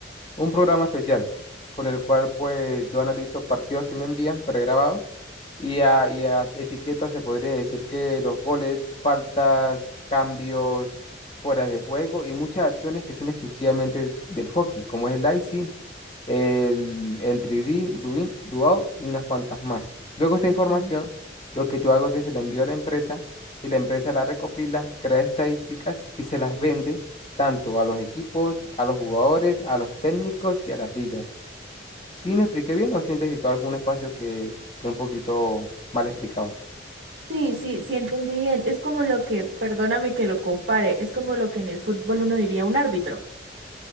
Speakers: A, on the left; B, on the right.
A: un programa especial con el cual pues yo analizo partidos que me envían pregrabados y a, y a etiquetas se podría decir que los goles, faltas, cambios, fueras de juego y muchas acciones que son exclusivamente del hockey, como es el icing, el entry D, do in, do out y unas cuantas más. Luego esta información,
B: Okay.
A: lo que yo hago es que se la envío a la empresa y la empresa la recopila, crea estadísticas y se las vende tanto a los equipos, a los jugadores, a los técnicos y a las ligas. ¿Sí me expliqué bien o sientes que quedó algún espacio que, que un poquito mal explicado?
B: sí, sí, sí entendí bien. Es como lo que, perdóname que lo compare, es como lo que en el fútbol uno diría un árbitro.